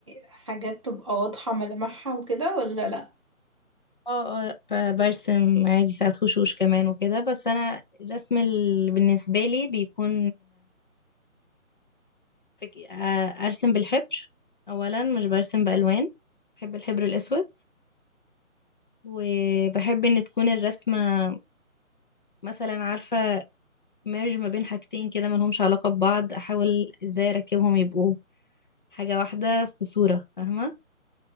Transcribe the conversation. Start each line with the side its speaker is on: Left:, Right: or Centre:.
Right: حاجات تبقى واضحه ملامحها وكده ولا لا
Left: اه اه ب- برسم عادي ساعات وشوش كمان وكده بس انا الرسم اللي بالنسبه لي بيكون فك... آه، ارسم بالحبر اولا مش برسم بالوان بحب الحبر الاسود وبحب ان تكون الرسمه مثلا عارفه ميرج ما بين حاجتين كده ما لهمش علاقه ببعض احاول ازاي اركبهم يبقوا حاجه واحده في صوره فاهمه